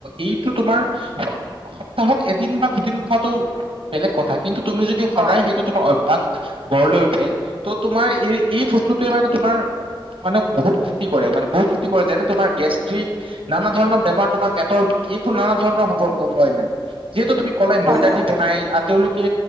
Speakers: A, on the right; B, on the right.
A: এইটো তোমাৰ সপ্তাহত এদিন বা দুদিন খোৱাটো বেলেগ কথা। কিন্তু তুমি যদি সদায়,
B: হয়
A: সেইটো তোমাৰ অভ্যাস গঢ় লৈ উঠে, তো তোমাৰ এই, এই বস্তুটোৱে মানে তোমাৰ মানে বহুত ক্ষতি কৰে। মানে বহুত ক্ষতি কৰে, যেনে তোমাৰ গেষ্ট্ৰিক, নানা ধৰণৰ বেমাৰ, তোমাৰ পেটৰ বিষ এইবোৰ নানা ধৰণৰ হ'ব, হয় মানে যিহেতু তুমি ক'লে
B: হয়
A: ময়দা
B: হয়
A: দি বনাই। তেওঁলোকে